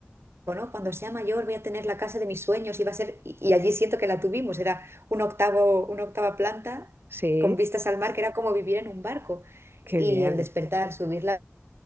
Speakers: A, on the right; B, on the right.
A: ¿no? Cuando sea mayor voy a tener la casa de mis sueños y va a ser, y, y allí siento que la tuvimos, era un octavo, una octava planta
B: sí,
A: con vistas al mar, que era como vivir en un barco.
B: qué
A: Y
B: bien,
A: el despertar, subir la